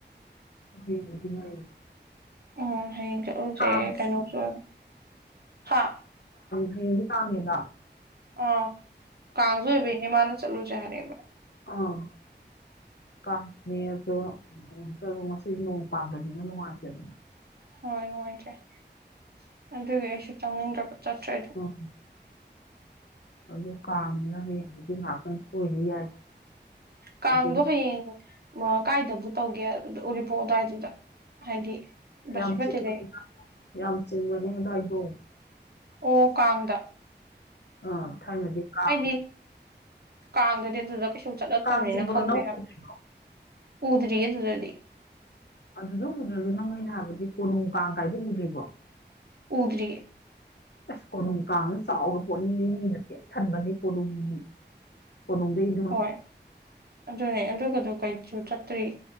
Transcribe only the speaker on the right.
ꯎꯝ ꯍꯌꯦꯡ ꯆꯠꯂꯨꯁꯦ
ꯀꯩꯅꯣꯁꯨ ꯍꯥ
ꯑ ꯀꯥꯡꯁꯨ ꯑꯣꯏꯕꯩꯅꯦ ꯃꯥꯅ ꯆꯠꯂꯨꯁꯦ ꯍꯥꯏꯔꯦꯕ
ꯍꯣꯏ ꯅꯨꯡꯉꯥꯏꯇꯔꯦ ꯑꯗꯨꯗꯤ ꯑꯩꯁꯨ ꯆꯪꯅꯤꯡꯗ꯭ꯔꯕ ꯆꯠꯇ꯭ꯔꯗꯤ
ꯀꯗ
ꯍꯌꯦ ꯀꯥꯏꯗꯕꯨ ꯇꯧꯒꯦ ꯑꯗꯨꯗ ꯎꯔꯤꯄꯣꯛ ꯑꯗꯨꯋꯥꯏꯗꯨꯗ ꯍꯥꯏꯗꯤ ꯕꯁꯤꯄꯇꯤꯗꯒꯤ
ꯑꯣ ꯀꯗ
ꯑꯩꯗꯤ ꯀꯥꯡꯗꯗꯤ ꯑꯗꯨꯗ ꯀꯩꯁꯨ ꯆꯠꯂꯛꯇꯕꯅꯤꯅ
ꯈꯪꯗꯦ
ꯍꯥꯏꯕ
ꯎꯗ꯭ꯔꯤꯌꯦ ꯑꯗꯨꯗꯗꯤ
ꯎꯗ꯭ꯔꯤ
ꯍꯣꯏ ꯑꯗꯨꯅꯦ ꯑꯗꯨꯒꯗꯨꯣ ꯀꯩꯁꯨ ꯆꯠꯇ꯭ꯔꯤ